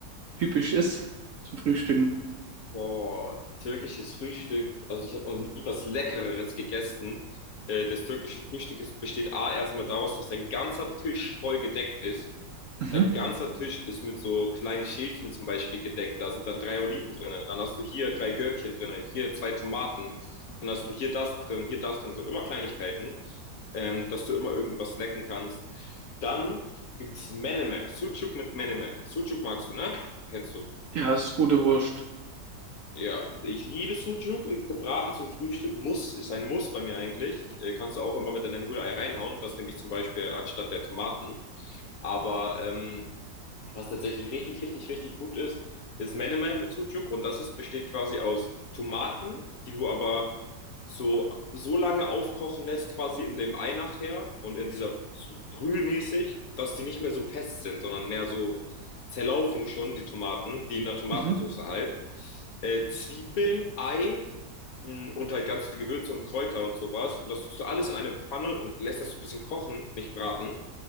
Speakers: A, on the right (about 65°); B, on the left (about 65°).
A: typisch ist zum Frühstücken?
B: Boah, türkisches Frühstück. Also ich habe noch nie was Leckereres gegessen. Äh, das türkische Frühstück ist, besteht A erstmal daraus, dass dein ganzer Tisch voll gedeckt ist.
A: Mhm.
B: Dein ganzer Tisch ist mit so kleinen Schälchen zum Beispiel gedeckt. Da sind dann drei Oliven drinne. Dann hast du hier drei Gürkchen drinne, hier zwei Tomaten. Dann hast du hier das drin, hier das drin. So immer Kleinigkeiten, ähm, dass du immer irgendwie was snacken kannst. Dann gibt's Menemen. Sucuk mit Menemen. Sucuk magst du, ne? Kennst du.
A: Ja, ist gute Wurst.
B: Ja, ich liebe Sucuk, äh, gebraten zum Frühstück, muss, ist ein Muss bei mir eigentlich. Äh, kannst du auch immer mit in dein Rührei reinhauen, das nehme ich zum Beispiel anstatt der Tomaten. Aber ähm, was tatsächlich richtig, richtig, richtig gut ist, ist Menemen mit Sucuk und das ist, besteht quasi aus Tomaten, die du aber so, so lange aufkochen lässt, quasi in dem Ei nachher und in dieser so brühmäßig, dass die nicht mehr so fest sind, sondern mehr so zerlaufen schon, die Tomaten, wie in der Tomatensauce
A: Mhm.
B: halt. Äh, Zwiebeln, Ei Mm, und halt ganz viele Gewürze und Kräuter und sowas. Und das tust du alles in eine Pfanne und lässt das so ein bisschen kochen, nicht braten.